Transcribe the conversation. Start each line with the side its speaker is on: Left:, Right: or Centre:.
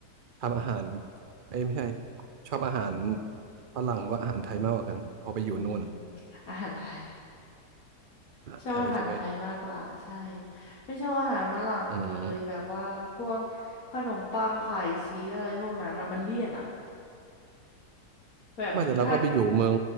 Right: ทำอาหารเอ้ยไม่ใช่ชอบอาหารฝรั่งหรือว่าอาหารไทยมากกว่ากันพอไปอยู่นู่นอะ
Left: อืมอาหารไทย <laughs>
Right: อาหารไทยใช่ไหม
Left: ชอบอาหารไทยมากกว่าใช่ ไม่ชอบอาหารฝรั่งเลยแบบว่าพวก
Right: อืม
Left: ขนมปังไข่ชีสอะไรพวกนั้นอะมันเลี่ยนอะแบบถ้า
Right: ไมาแต่เราก็ไปอยู่เมือง